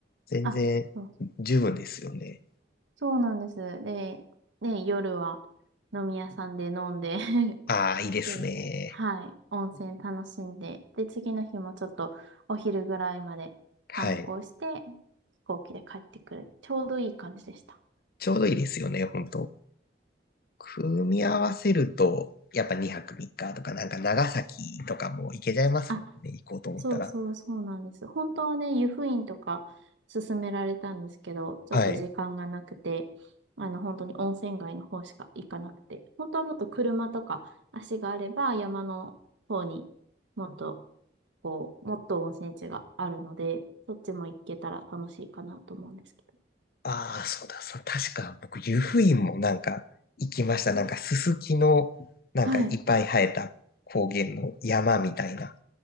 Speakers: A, on the left; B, on the right.
A: 全然、
B: あ、そう
A: 十分ですよね。
B: そうなんです。で、ね、夜は飲み屋さんで飲んで <laughs>
A: あー、いいですね。
B: で、はい、温泉楽しんで、で、次の日もちょっとお昼ぐらいまで観光して、
A: はい。
B: 飛行機で帰ってくる。ちょうどいい感じでした。
A: ちょうどいいですよね、本当組み合わせると、やっぱ2泊3日とか、なんか長崎とかも行けちゃいますもんね、
B: あ
A: 行こうと思ったら。
B: そうそうそうなんです。本当はね、湯布院とか勧められたんですけど、ちょっと時間がなくて、
A: はい。
B: あの、本当に温泉街の方しか行かなくて、本当はもっと車とか足があれば山の方にもっと、こう、もっと温泉地があるので、そっちも行けたら楽しいかなと思うんですけど。
A: ああ、そうだ、そう、確か僕、湯布院もなんか行きました。なんかススキの、なんかいっぱい生えた高原の山みたいな、
B: はい。